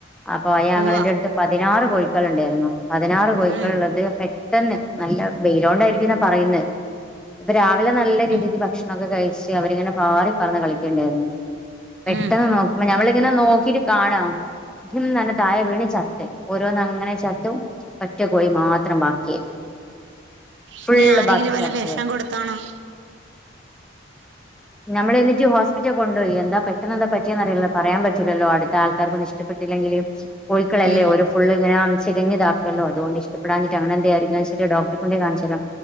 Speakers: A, in the centre; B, on the right (about 65°).
A: അപ്പൊ ആയാങ്ങളന്റെടുത്ത്
B: ഉവ്വ
A: പതിനാറ് കോഴ മക്കൾ ഉണ്ടായിരുന്നോ പതിനാറ് കോയിക്കളുള്ളത്
B: ഉം
A: പെ ണ്ടെന്ന് ഇന്ന് നല്ല വെയിലോണ്ടായിരിക്കന്നാ പറയുന്ന ഇപ്പൊ രാവി അവ നല്ല രീതിക്ക്
B: ഉം.
A: ഭക്ഷണോക്കെ കഴിച്ചു പക്ഷേ അവരിങ്ങനെ പാറി പറന്ന് കളിക്കേണ്ടായിരുന്നു പെട്ടെന്ന്
B: ഉം
A: നോക്കുമ്പോ ഞമ്മള് എങ്ങനെ നോക്കീട്ട് കാണാം ഡിം തായെ വീണി ചത്ത ഓരോന്ന് അങ്ങനെ ചത്തും ഒറ്റ കോയി മാത്രം ബാക്കിയായി ഫുള്ള്
B: ഇനി ആരെങ്കിലും
A: ബാക്കി
B: വല്ല
A: ചത്തു
B: വിഷം ന്നാൻ കൊടുത്താണോ
A: നമ്മള എന്നിട്ട് ഹോസ്പിറ്റൽ കൊണ്ട്പയി എന്താ പെട്ടെന്താ പറ്റിയെന്ന അറില്ലോ പറയാൻ പറ്റില്ലല്ലോടുത്ത ആൾക്കാർക്കന്നും ഇഷ്ടപെട്ടില്ലെങ്കിലും കോഴിക്കളല്ലേ
B: ഉം
A: ഒരു ഫുള് ഇങ്ങനെ ചിരിഞ്ഞതാക്കുമല്ലോ അതുകൊണ്ട് ഇഷ്ടപെടാഞ്ഞിട്ട് അങ്ങാനെന്ത ആയിരിക്കും വെച്ചിട്ട് ഡോക്ടറെ കൊണ്ടേ കാണിച്ചതരാ